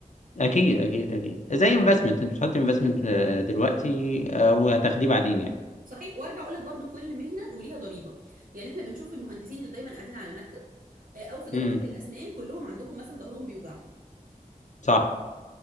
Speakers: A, on the left; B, on the right.
A: اكيد اكيد اكيد زي انفستمنت انت بتحط انفستمنت دلوقتي آه، وهتاخديه بعدين يعني
B: صحيح وارجع اقول لك برضو كل مهنه وليها ضريبه يعني احنا بنشوف المهندسين اللي دايما قاعدين على المكتب آه، او في دكاتره
A: امم
B: الاسنان كلهم عندهم مثلا ظهرهم بيوجعهم
A: صح